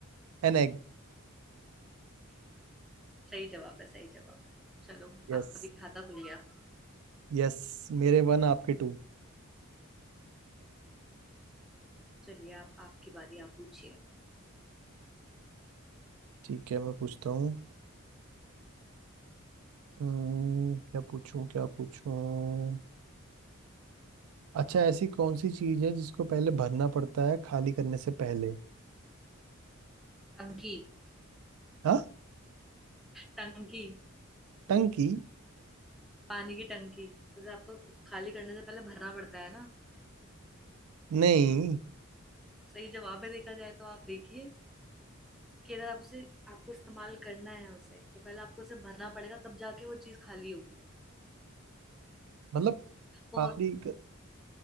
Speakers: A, on the right; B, in the centre.
A: an egg
B: सही जवाब है सही जवाब है चलो
A: Yes
B: आपका भी खाता खुल गया
A: Yes मेरे वन आपके टू
B: हम्म, चलिए अब आपकी बारी आप पूछिए
A: ठीक है मैं पूछता हूँ अम्म, क्या पूछूं क्या पूछूं अच्छा ऐसी कौन सी चीज है जिसको पहले भरना पड़ता है खाली करने से पहले
B: टंकी
A: हाँ
B: टंकी
A: टंकी
B: पानी की टंकी उसे आपको खाली करने से पहले भरना पड़ता है ना
A: नहीं
B: सही जवाब है देखा जाए तो आप देखिए कि अगर आप उसे आपको इस्तेमाल करना है उसे तो पहले आपको उसे भरना पड़ेगा तब जाके वो चीज खाली होगी
A: मतलब
B: ओ
A: खाली क-